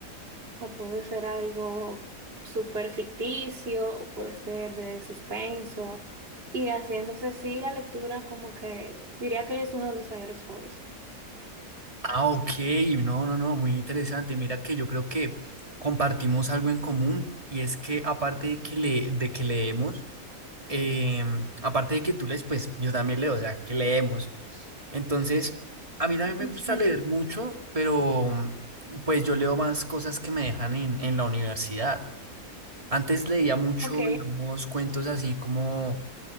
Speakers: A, on the right (about 40°); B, on the right (about 25°).
A: o puede ser algo súper ficticio, o puede ser de suspenso. Y así, entonces sí, la lectura como que diría que es uno de mis mayores hobbies.
B: Ah, ok, no, no, no, muy interesante. Mira que yo creo que compartimos algo en común y es que aparte de que, le, de que leemos, em, aparte de que tú lees, pues yo también leo, o sea, que leemos. Entonces, a mí también me
A: <laughs>
B: gusta
A: Ujú.
B: leer mucho, pero mm, pues yo leo más cosas que me dejan en, en la universidad. Antes leía mucho,
A: Ok,
B: digamos, cuentos así como